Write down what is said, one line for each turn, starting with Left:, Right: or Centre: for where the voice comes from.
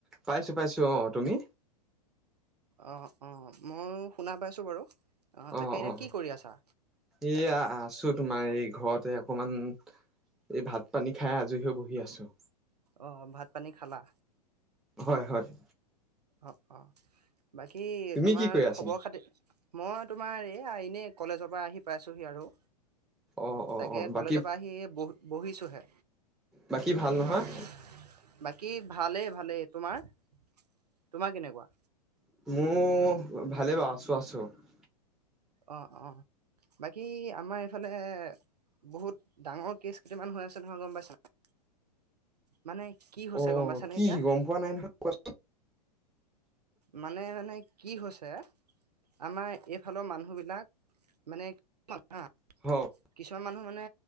Centre: পাইছো পাইছো অঁ, তুমি?
Right: অঁ, অঁ, মইও শুনা পাইছো বাৰু অঁ, তাকে
Centre: অ
Right: এতিয়া
Centre: অ
Right: কি কৰি আছা?
Centre: এইয়া আছো তোমাৰ এই ঘৰতে অকমান এই ভাত- পানী খাই আজৰি হৈ বহি আছো,
Right: অ', ভাত পানী খালা?
Centre: হয়, হয়।
Right: অঁ, অঁ, বাকী
Centre: তুমি
Right: তোমাৰ
Centre: কি কৰি আছা
Right: খবৰ খাতি- মই তোমাৰ এই আ এনেই কলেজৰ পৰা আহি পাইছোহি আৰু।
Centre: অ অ
Right: তাকে
Centre: অ বাকী
Right: কলেজৰ পৰা আহি বহি বহিছোহে।
Centre: বাকী ভাল নহয়
Right: হয়, বাকী ভালেই ভালেই, তোমাৰ? তোমাৰ কেনেকুৱা?
Centre: মোৰ ভালেই বাৰু, আছো, আছো।
Right: অঁ, অঁ, বাকী আমাৰ এইফালে- বহুত ডাঙৰ কেছ কেইটামান হৈ আছে নহয় গম পাইছা নাই? মানে কি হৈছে
Centre: অ
Right: গম পাইছানে
Centre: কি
Right: এতিয়া-
Centre: গম পোৱা নাই নহয়, কোৱাচোন?
Right: মানে মানে কি হৈছে আমাৰ এইফালৰ মানুহবিলাক মানে <unintelligible>
Centre: <unintelligible>
Right: কিছুমান মানুহ মানে